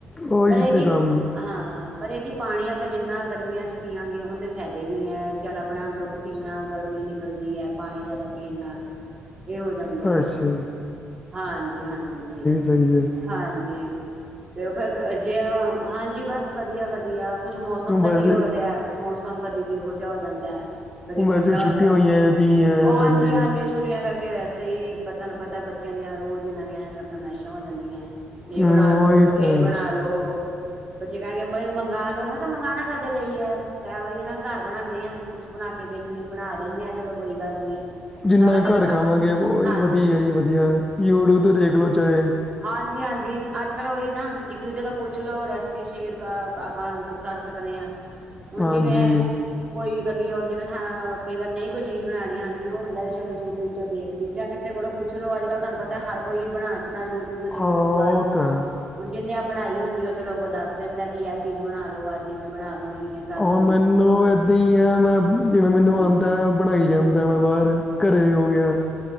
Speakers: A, on the left; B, on the right.
A: ਉਹੀ
B: ਪਰ ਇਹ ਕਿ
A: ਤੇ ਕੰਮ
B: ਹਾਂ! ਪਰ ਇਹ ਕਿ ਪਾਣੀ ਆਪਾਂ ਜਿੰਨਾ ਗਰਮੀਆਂ ਚ ਪੀਆਗੇ, ਉਹਦੇ ਫਾਇਦੇ ਵੀ ਐ, ਚੱਲ, ਆਪਣਾ ਅੰਦਰੋਂ ਪਸੀਨਾ, ਗਰਮੀ ਨਿਕਲਦੀ ਐ ਪਾਣੀ ਜਾਦਾ ਪੀਣ ਨਾਲ, ਇਹੋ ਜਾਂਦਾ।
A: ਅੱਛਾ ਜੀ,
B: ਹਾਂਜੀ, ਹਾਂਜੀ।
A: ਏ ਈ, ਏ ਈ।
B: ਹਾਂਜੀ। ਤੇ ਓ ਫੇਰ ਜੇ ਹਾਂਜੀ। ਬਸ ਵਧੀਆ- ਵਧੀਆ। ਕੁਛ ਮੌਸਮ ਦਾ
A: ਬਸ
B: ਵੀ ਹੋ ਰਿਹਾ ਐ, ਮੌਸਮ ਕਦੀ ਕਿਹੋ ਜਿਹਾ ਹੋ ਜਾਂਦਾ ਐ। ਕਦੀ ਠੰਡਾ
A: ਵੈਸੇ ਵੀ ਛੁੱਟੀਆਂ
B: ਹੋ ਜਾ
A: ਹੋਈਆਂ ਵੀ ਹੈ
B: ਹਾਂਜੀ-ਹਾਂਜੀ
A: ਵਿਹਲੀ
B: ਛੁੱਟੀਆਂ ਕਰਕੇ, ਵੈਸੇ ਈ ਬ--ਤੁਹਾਨੂੰ ਪਤਾ, ਬੱਚਿਆਂ ਦੀਆਂ ਰੋਜ਼ ਹੀ ਨਵੀਆਂ-ਨਵੀਆਂ ਫਰਮਾਇਸ਼ਾਂ ਹੋ ਜਾਂਦੀਆਂ ਐ। ਏ
A: ਹੂੰ
B: ਬਣਾ ਲੋ,
A: ਉਹੀ
B: ਏ
A: ਤਾਂ ਹੈ।
B: ਬਣਾ ਲੋੋ। ਬੱਚੇ ਕਹਿਣਗੇ ਮਾ ਏ ਮੰਗ ਲੋ! ਮੈਂ ਕਿਹਾ ਮੰਗਾਨਾ ਕਾਦੇ ਲਈ ਐ, ਕਹਿਓ ਇਹੋ ਹੀ ਨਾ, ਘਰ ਬਣਾਣੇ ਆ। ਕੁਛ ਬਣਾ ਕੇ ਦਿੰਣੇ, ਬਣਾ ਦਿੰਣੇ ਆ ਚਲੋ, ਕੋਈ ਗੱਲ ਨੀ।
A: ਜਿੰਨਾ
B: ਸਾਰਾ ਦਿਨ
A: ਘਰ ਖਾਵਾਂਗੇ।
B: ਬਸ
A: ਉਹ
B: ਹਾਂਜੀ
A: ਵਧੀਆ ਜੀ, ਵਧੀਆ ਐ। ਯੂਟਿਊਬ ਤੋਂ ਦੇਖ ਲਓ, ਚਾਹੇ।
B: ਹਾਂਜੀ-ਹਾਂਜੀ ਅੱਜ-ਕੱਲ ਉਹੀ ਨਾ ਇੱਕ ਦੂਜੇ ਤੋਂ ਪੁੱਛ ਲਓ। ਰੈਸਪੀ ਸ਼ੇਅਰ ਆਪਾਂ ਕਰ ਸਕਦੇ ਆ। ਹੁਣ
A: ਹਾਂਜੀ
B: ਜਿਵੇਂ ਕੋਈ, ਕਦੀ ਹੁਣ ਜਿਵੇਂ ਕਈ ਵਾਰ ਨਹੀਂ, ਕੋਈ ਚੀਜ਼ ਬਣਾਣੀ ਆਉਂਦੀ। ਉਹ ਹੁੰਦਾ ਵੀ ਚਲੋ ਯੂਟਿਊਬ ਤੋਂ ਦੇਖ ਜਾ ਕਿਸੇ ਕੋਲੋਂ ਪੁੱਛ ਲੋੋ ਅੱਜ-ਕੱਲ ਤੁਹਾਨੂੰ ਪਤਾ, ਹਰ ਕੋਈ ਬਣਾਣ ਚ ਦਾ ਯੂਟਿਊਬ ਦੇ ਐਕਸਪਰਟ
A: ਹਾਂ ਉਹ ਤਾਂ ਹੈ।
B: ਹੁਣ ਜਿੰਨੇ ਆਪ ਬਣਾਈ ਹੁੰਦੀ। ਓ ਚਲੋ ਅੱਗੋਂ ਦੱਸ ਦਿੰਦਾ ਕਿ ਆ, ਚੀਜ਼ ਬਣਾ ਲੋ। ਅੱਜ ਜਵੇਂ ਬਣਾ ਲੋ, ਇਵੇਂ ਕਰ
A: ਹੁਣ
B: ਲਓ
A: ਮੈਨੂੰ ਏਦਾਂ ਈ ਐ ਮੈਂ ਜਿਵੇਂ, ਮੈਨੂੰ
B: ਹਾਂਜੀ
A: ਆਉਂਦਾ ਐ। ਪੜ੍ਹਾਈ ਜਾਂਦਾ ਬਾਹਰ ਘਰੇ ਹੋ ਗਿਆ।